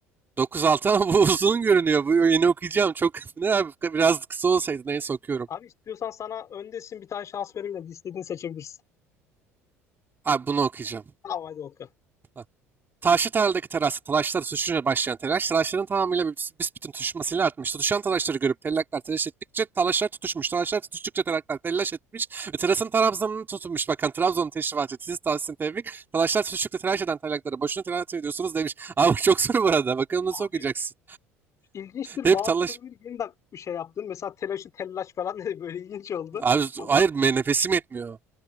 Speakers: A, on the right; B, on the left.
A: Dokuz altı ama bu <laughs> uzun görünüyor. Bu yeni okuyacağım. Çok <laughs> ne abi biraz kısa olsaydı neyse okuyorum.
B: Abi istiyorsan sana öndesin bir tane şans vereyim de seçebilirsin.
A: Abi bunu okuyacağım.
B: Tamam hadi Okan.
A: Ha. Taşlı tarladaki terasta talaşlar suşunca başlayan telaş, talaşların tamamıyla büs- büsbütün tutuşmasıyla artmıştı. Düşen talaşları görüp tellaklar telaş ettikçe talaşlar tutuşmuş. Talaşlar tutuştukça tellaklar telaş etmiş ve terasın Trabzon'unu tutunmuş. Bakın Trabzon'un teşrifatçı siz tavsiyen tevfik. Talaşlar tutuştukça telaş eden tellaklara boşuna telaş ediyorsunuz demiş. <laughs> Abi çok soru bu arada. Bakalım nasıl
B: Abi
A: okuyacaksın.
B: ilginçtir
A: Hep
B: bazı
A: talaş...
B: kelimeleri yeniden bir şey yaptın. Mesela telaşı tellaş falan dedi böyle ilginç oldu.
A: Abi
B: Ama
A: hayır me- nefesim yetmiyor.